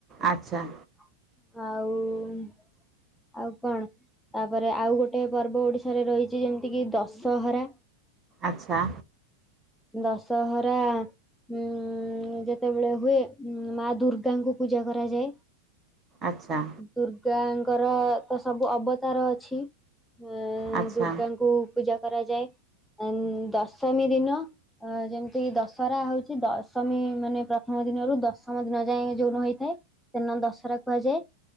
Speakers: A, on the right; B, in the centre.
A: ଆଚ୍ଛା।
B: ଆଉ ଆଉ କଣ? ତାପରେ ଆଉ ଗୋଟେ ପର୍ବ ଓଡିଶାରେ ରହିଛି ଯେମିତି କିି ଦଶହରା।
A: ଆଚ୍ଛା।
B: ଦଶହରା ଉଁ, ଯେତେବେଳେ ହୁଏ ଉଁ, ମା ଦୁର୍ଗାଙ୍କୁ ପୂଜା କରାଯାଏ।
A: ଆଚ୍ଛା।
B: ଦୁର୍ଗାଙ୍କର ତ ସବୁ ଅବତାର ଅଛି। ଅ,
A: ଆଚ୍ଛା
B: ଦୁର୍ଗାଙ୍କୁ ପୂଜା କରାଯାଏ ଅନ୍, ଦଶମୀ ଦିନ ହଁ, ଅ, ଯେମିତି ଦଶହରା ହଉଛି ଦଶମୀ ମାନେ ପ୍ରଥମ ଦିନରୁ ଦଶ ଥମ ଦିନ ଯାଏଁ ଯୋଉ ନ ହେଇଥାଏ ସେଦିନ ଦଶହରା କୁହାଯାଏ।